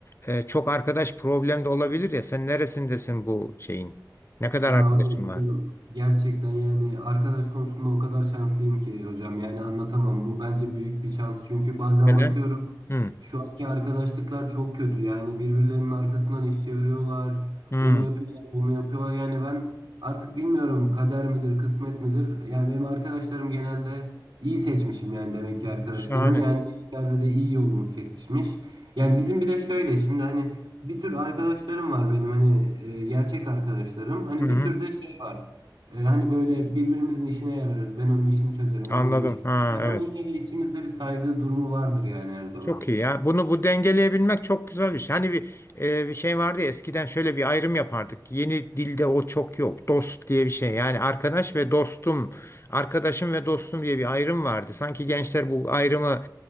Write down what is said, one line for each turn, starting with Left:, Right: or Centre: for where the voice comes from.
Left: e, çok arkadaş problem de olabilir ya. Sen neresindesin bu şeyin? Ne kadar
Right: Ya
Left: arkadaşın
Right: hocam benim
Left: var?
Right: gerçekten yani arkadaş konusunda o kadar şanslıyım ki hocam yani anlatamam. Bu bence büyük bir şans çünkü bazen
Left: Neden?
Right: bakıyorum
Left: Hı,
Right: şu anki arkadaşlıklar çok kötü. Yani birbirlerinin arkasından iş çeviriyorlar.
Left: hı,
Right: Onu yapıyorlar, bunu yapıyorlar. Yani ben artık bilmiyorum kader midir, kısmet midir? Yani benim arkadaşlarım genelde iyi seçmişim yani demek ki arkadaşlarımı.
Left: şahane.
Right: Yani bir yerde de iyi yolumuz kesişmiş. Yani bizim bir de şöyle şimdi hani bir tür arkadaşlarım var benim hani e, gerçek arkadaşlarım. Hani
Left: Hı, hı.
Right: bir tür de şey var. E, hani böyle birbirimizin işine yararız. Ben onun işini çözerim,
Left: Anladım.
Right: o benim işimi
Left: Ha,
Right: çözer.
Left: evet.
Right: Ama yine de içimizde bir saygı durumu vardır yani her zaman.
Left: Çok iyi ya. Bunu bu dengeleyebilmek çok güzel bir şey. Hani bir e, bir şey vardı ya eskiden şöyle bir ayrım yapardık. Yeni dilde o çok yok. Dost diye bir şey. Yani arkadaş ve dostum, arkadaşım ve dostum diye bir ayrım vardı. Sanki gençler bu ayrımı